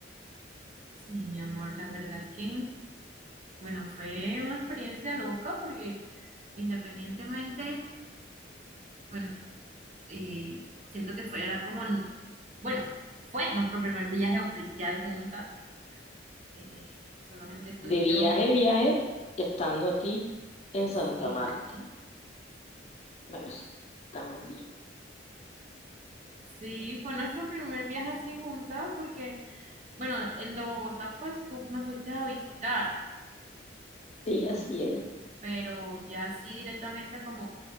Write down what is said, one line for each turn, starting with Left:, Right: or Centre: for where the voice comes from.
Right: Sí, mi amor, la verdad es que Bueno, fue una experiencia loca porque independientemente, bueno, eh, siento que fuera como, el- bueno, fue nuestro primer viaje oficial juntas, eh, solamente tú y
Left: De viaje,
Right: yo,
Left: viaje, estando aquí en
Right: sí,
Left: Santa Marta. Bueno, sí, estamos bien.
Right: sí, fue nuestro primer viaje así juntas porque, bueno, el de Bogotá, pues tú me fuiste a visitar,
Left: Sí,
Right: eh,
Left: así es,
Right: pero ya sí directamente como